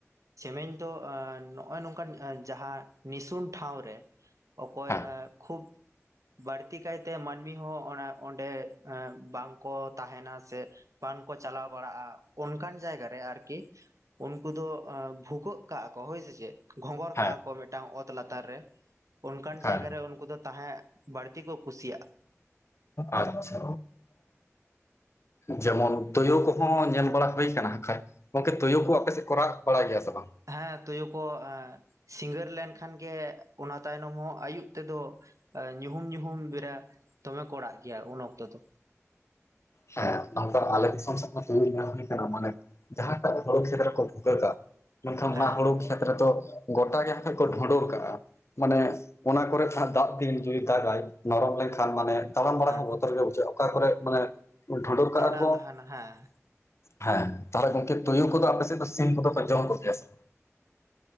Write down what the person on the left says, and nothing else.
ᱦᱮᱸ
ᱦᱮᱸ
ᱦᱮᱸ
ᱟᱪᱪᱷᱟ᱾ ᱡᱮᱢᱚᱱ ᱛᱩᱭᱩ ᱠᱚᱦᱚᱸ ᱧᱮᱞ ᱵᱟᱲᱟ ᱦᱩᱭ ᱟᱠᱟᱱᱟ ᱠᱷᱷᱟᱡ᱾ ᱜᱚᱝᱠᱮ ᱛᱳᱩᱭᱩ ᱠᱚ ᱟᱯᱮ ᱥᱮᱫ ᱠᱚᱨᱟᱣ ᱵᱟᱲᱟᱭ ᱜᱮᱭᱟ ᱥᱮ ᱵᱟᱝ ᱦᱟᱸᱜ ᱠᱷᱟᱡ
ᱦᱮᱸ ᱱᱚᱝᱠᱟ ᱟᱞᱮ ᱫᱤᱥᱚᱢ ᱥᱮᱫ ᱦᱚ ᱛᱳᱭᱨᱤ ᱵᱟᱝ ᱦᱩᱭ ᱠᱟᱱᱟ ᱢᱟᱱᱮ ᱡᱟᱦᱟᱸᱴᱟᱜ ᱦᱩᱲᱩ ᱠᱷᱮᱛ ᱨᱮᱠᱚ ᱵᱷᱩᱜᱟᱹᱜᱟ ᱢᱮᱱᱠᱷᱟᱱ
ᱚᱱᱟ ᱦᱩᱲᱩ ᱠᱷᱮᱛ ᱨᱮᱫᱚ ᱜᱚᱴᱟ ᱜᱮ ᱦᱟᱸ ᱠᱚ ᱰᱷᱚᱰᱚᱨ ᱠᱟᱜᱼᱟ ᱢᱟᱱᱮ ᱚᱱᱟ ᱠᱚᱨᱮ ᱫᱟᱜ ᱫᱤᱱ ᱡᱩᱫᱤ ᱫᱟᱜᱟᱭ ᱱᱚᱨᱚᱢ ᱞᱮᱱᱠᱷᱟᱱ ᱢᱟᱱᱮ ᱛᱟᱲᱟᱢ ᱵᱟᱲᱟ
ᱠᱚ ᱵᱚᱛᱚᱨ ᱜᱮ ᱵᱩᱡᱷᱟᱹᱜᱼᱟ ᱚᱠᱟ ᱠᱚᱨᱮ ᱢᱟᱱᱮ ᱰᱷᱚᱸᱰᱩᱨ ᱠᱟᱜᱼᱟ
ᱠᱚ
ᱦᱮᱸ ᱛᱟᱦᱚᱞᱮ ᱜᱚᱝᱠᱮ ᱛᱩᱭᱩ ᱠᱚᱫᱚ ᱟᱯᱮ ᱥᱮᱫ ᱫᱚ ᱥᱤᱢ ᱠᱚᱫᱚ ᱠᱚ ᱡᱚᱢ ᱠᱚᱜᱮᱭᱟ ᱥᱮ